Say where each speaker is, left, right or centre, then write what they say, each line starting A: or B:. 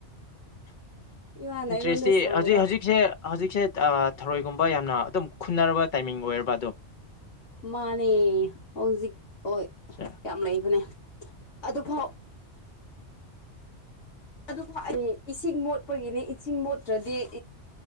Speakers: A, on the left; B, on the left.
A: ꯏꯃꯥꯅ
B: ꯏꯟꯇ꯭ꯔꯦꯁꯇꯤ
A: ꯑꯩꯉꯣꯟꯗ ꯁꯥꯎꯕ
B: ꯍꯧꯖꯤꯛ ꯍꯧꯖꯤꯛꯁꯦ ꯍꯧꯖꯤꯛꯁꯦ ꯑ ꯊꯔꯣꯏꯒꯨꯝꯕ ꯌꯥꯝꯅ ꯑꯗꯨꯝ ꯈꯨꯟꯅꯔꯕ ꯇꯥꯏꯃꯤꯡ ꯑꯣꯏꯔꯕ ꯑꯗꯨ
A: ꯃꯥꯅꯦ ꯍꯧꯖꯤꯛ ꯍꯣꯏ
B: ꯁꯦ
A: ꯌꯥꯝ ꯂꯩꯕꯅꯦ ꯑꯗꯨꯐꯥꯎ ꯑꯗꯨ ꯐꯥꯎ ꯑꯩ ꯏꯁꯤꯡ ꯃꯣꯠꯄꯒꯤꯅꯦ ꯏꯁꯤꯡ ꯃꯣꯠꯇ꯭ꯔꯗꯤ